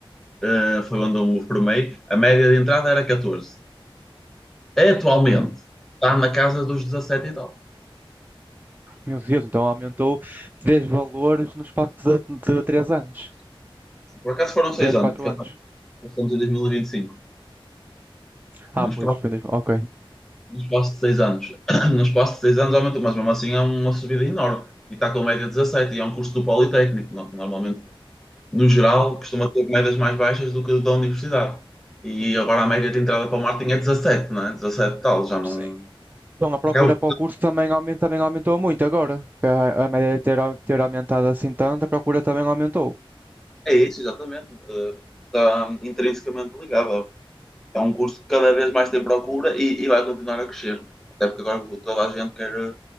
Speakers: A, in the centre; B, on the right.
A: eh, foi onde eu me formei, a média de entrada era 14. Atualmente
B: hum.
A: está na casa dos 17 e tal.
B: Meu Deus, então aumentou 10 valores no espaço de, de 3 anos.
A: Por acaso foram seis
B: três
A: anos,
B: 4
A: porque
B: anos.
A: nós estamos em 2025.
B: Ah,
A: No
B: pois,
A: espaço,
B: foi em 2000. Ok.
A: no espaço de seis anos. <clears throat> No espaço de seis anos aumentou, mas mesmo assim é uma subida enorme. E está com média 17, e é um curso do Politécnico. No- Normalmente, no geral,
B: Foi.
A: costuma ter médias mais baixas do que da universidade. E agora a média de entrada para o Martin é 17, não é? 17 tal, já não.
B: Sim. então a
A: Acaba.
B: procura para o curso também, aumenta, também aumentou muito agora. A, a média de ter, au- ter aumentado assim tanto, a procura também aumentou.
A: É isso, exatamente. Eh, Está intrinsecamente ligado. é um curso que cada vez mais tem procura e, e vai continuar a crescer. Até porque agora toda a gente quer,